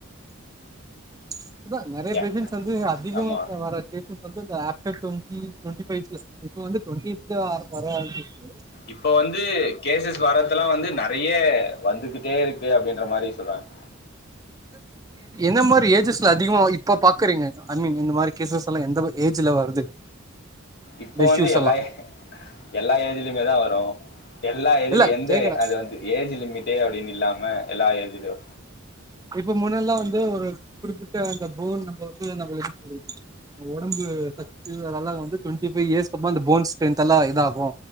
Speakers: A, on the right; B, on the left.
A: <inaudible> அதானல நெறைய ஒ
B: ஏன்
A: பேஷன்ட்ஸ் வந்து அதிகமா
B: ஆமா
A: வர லகுபேஷன்ஸ் வந்து இந்தப் டுவெண்டி டுவெண்டி ஃபைவ் பிளஸ் இப்ப வந்து டுவெண்டில வர ஆரம்பிச்சு
B: இப்ப வந்து கேசஸ்சஸ் வர்தெல்லா வந்து நெறைய வந்துகிட்டே இருக்கூ க்கு அப்டின்ற மாரி சொல்றாங்க
A: ந்த மாதிரி ஏஜஸ்ல அதிகமா இப்ப பாக்குறீங்க ஐ மீன் இந்த மாதிரி கேசஸ் எல்லா எந்த ஏஜ்ல வருது
B: இப்போ
A: இந்த
B: வந்து
A: இஷ்யூஸ்
B: எல்லா எல்லா ஏஜ்லயுமேதா வரு எல்லா ஏஜ்ல
A: இல்ல
B: எந்த
A: கேக்குறே
B: அது வந்து ஏஜ் லிமிட்டே அப்டின்னு இல்லாம எல்லா ஏஜ்லயு
A: இப்ப முன்னெல்லா வந்து ஒரு குறிப்பிட்ட அந்த போன் நம்ம வந்து நம்ம எது <inaudible> ஒடம்பு சத்து அதெல்லா வந்து டுவெண்ட்டி ஃபைவ் இயர்ஸ் கப்புமா அந்த போன்ஸ் ஸ்ட்ரென்த் எல்லா இதாகு